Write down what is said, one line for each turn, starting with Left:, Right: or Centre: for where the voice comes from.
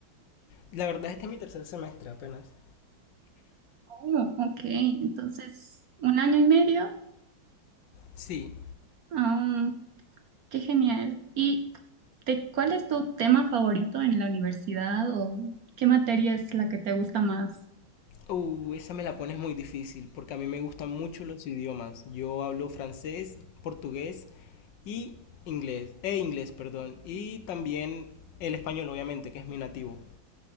Left: La verdad, este es mi tercer semestre apenas.
Right: Oh, ok, entonces un año y medio.
Left: Sí.
Right: Ah, qué genial. ¿Y te- cuál es tu tema favorito en la universidad o qué materia es la que te gusta más?
Left: Uh, esa me la pones muy difícil, porque a mí me gustan mucho los idiomas. Yo hablo francés, portugués y inglés. E inglés, perdón. Y también el español, obviamente, que es mi nativo.